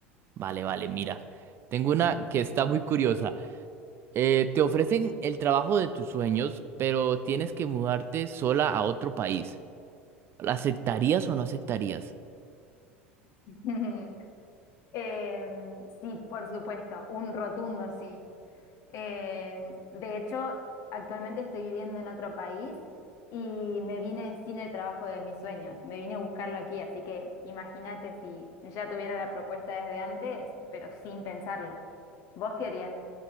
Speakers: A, on the right; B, on the left.
A: Vale, vale, mira. Tengo una que está muy curiosa. Eh, te ofrecen el trabajo de tus sueños, pero tienes que mudarte sola a otro país. ¿La aceptarías o no aceptarías?
B: <laughs> Em, sí, por supuesto, un rotundo sí. Em, de hecho, actualmente estoy viviendo en otro país y me vine sin el trabajo de mis sueños, me vine a buscarlo aquí, así que imagínate si ya tuviera la propuesta desde antes, pero sin pensarlo. ¿Vos querías?